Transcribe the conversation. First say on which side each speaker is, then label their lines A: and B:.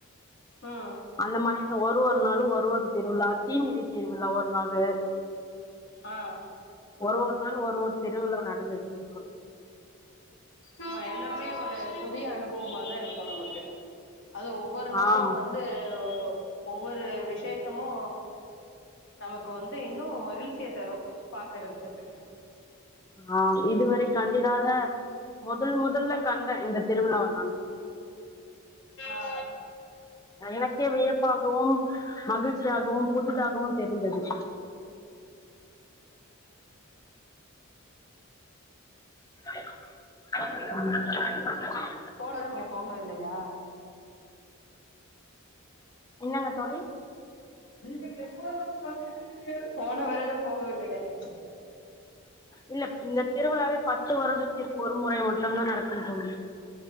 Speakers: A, on the left; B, on the left.
A: ம்
B: அந்த மாதிரி ஒரு ஒரு நாளும் ஒரு ஒரு திருவிழா தீமிதி திருவிழா ஒரு நாளு
A: ஆ
B: ஒரு ஒரு நாள் ஒரு ஒரு திருவிழா நடந்ததுங்க தோழி
A: ஆமா எல்லாமே ஒரு புதிய அனுபவமாதா இருக்கோ நமக்கு அது ஒவ்வொரு நாளோ
B: ஆம்
A: வந்து ஒவ்வொரு விசேஷமோ நமக்கு வந்து இன்னு மகிழ்ச்சிய தரும் பாக்குறக்கிறதுக்கு
B: ஆ இதுவரை கண்டிடாத முதல் முதல்ல கண்டேன் இந்த திருவிழாவ நானு
A: ஆ
B: எனக்கே வியப்பாகவும் மகிழ்ச்சியாகவும் புதிதாகவும் தெரிந்தது ம்
A: போனறவ நீங்க போகவே இல்லையா
B: என்னங்க தோழி
A: நீங்க எப்போது வருவீர்கள் போன வராலும் போக வில்லையா கேட்டேன்
B: இல்ல இந்த திருவிழாவே பத்து வருடத்திற்கு ஒரு முறை மட்டும் தான் நடக்குன்னு தோழி